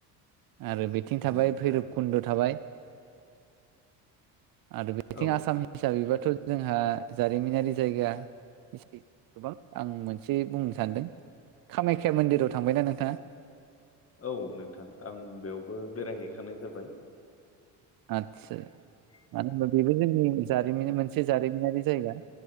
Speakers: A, on the right; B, on the left.
A: आरो बिथिं
B: नंगौ
A: थाबाय भैरब
B: थारैनो
A: कुन्द' थाबाय आरो बेथिं
B: औ
A: आसाम हिसाबैबाथ' जोंहा जारिमिनारि जायगा एसे गोबां आं मोनसे बुंनो सानदों। कामाख्या मन्दिराव थांबायना नोंथाङा
B: औ नोंथां आं बेयावबो बेरायहैखानाय जाबाय।
A: आतसा मानो होनबा बेबो जोंनि जारिमिन मोनसे जारिमिनारि जायगा